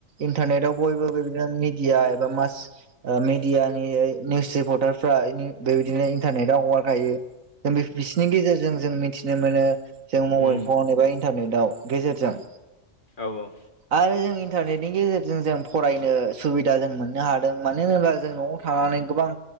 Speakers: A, on the right; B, on the left.
A: इन्टारनेटआव बयबो बेबादिनो मिडिया एबा मास मिडियानि निउस रिपर्टारफ्रा बेबायदिनो इन्टारनेटाव हगारखायो जों बिसोरनि गेजेरजों जों मिथिनो मोनो जों मबाइल
B: उम
A: फन एबा इन्टारनेटाव गेजेरजों
B: औ औ
A: आरो जों इन्टारनेटनि गेजेरजों जों फरायनो सुबिदा जों मोननो हादों। मानो होनोब्ला जों न'आव थानानै गोबां